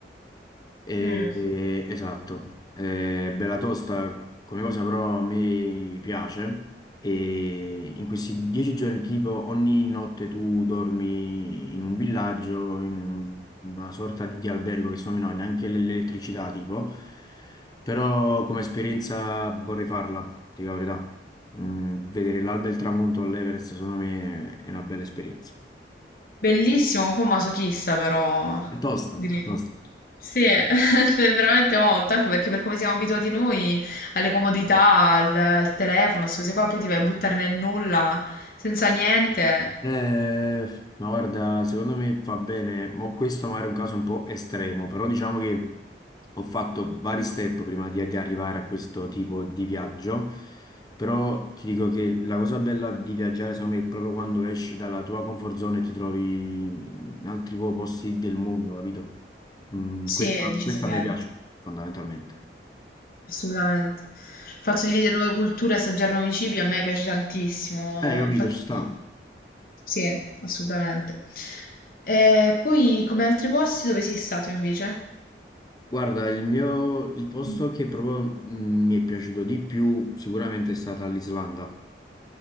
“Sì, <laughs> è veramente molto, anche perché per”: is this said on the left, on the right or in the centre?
Left